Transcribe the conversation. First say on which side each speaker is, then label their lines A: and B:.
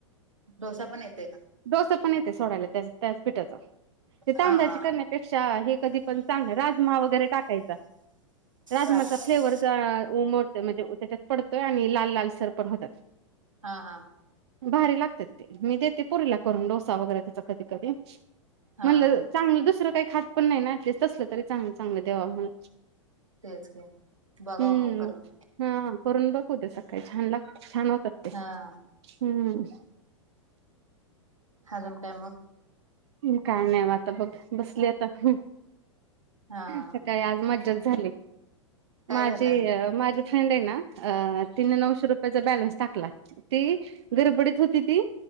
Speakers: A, on the right; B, on the right.
A: डोसा पण येतयं का?
B: डोसा पण येतयं सोडायला त्या, त्याच पिठाचा ते तांदाळाचे
A: हा हा
B: कणे क्षा, हे कधी पण चांगला, राजमा वगैरे टाकायचा. राजमाचा
A: राजमा आहे
B: फ्लेवर
A: का?
B: चा उमटतोय. मजे त्याच्यात पडतोय. आणि लाल लाल सर पण होत्यात.
A: हा हा.
B: भारी लागत्यात ते, मी देते पोरीला करून डोसा वगैरे त्याचा कधी कधी म्हणलं,
A: हा
B: चांगलं दुसरं कायं खात पण नाय ना, ऍटलीस्ट तसलं तरी चांगलं चांगलं दयावा म्हणून
A: तेच की बघावं
B: हम्म,
A: मग करून
B: मग हा करून बघ उद्या ते सकाळी छान लाग, छान होतात.
A: हा
B: हम्म
A: हाजून काय मग?
B: हूं, काय नाय आता बघ बसली आता. हूं
A: हा
B: सकाळी आज मज्जाच झाली.
A: काय
B: माझी
A: झालं
B: अ माझी फ्रेंड हाय न, तिनं नऊशे रुपयाचा बॅलन्स टाकला. ती गरबडीत होती ती